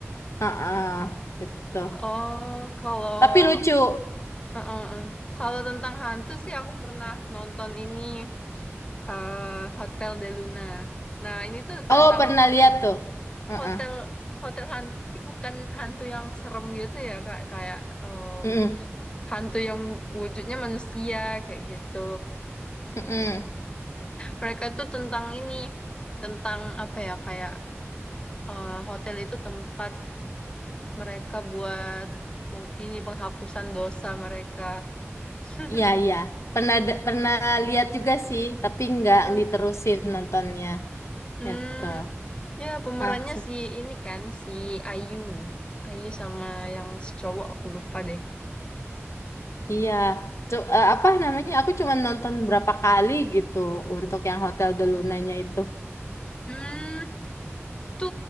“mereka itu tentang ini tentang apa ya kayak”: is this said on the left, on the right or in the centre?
Left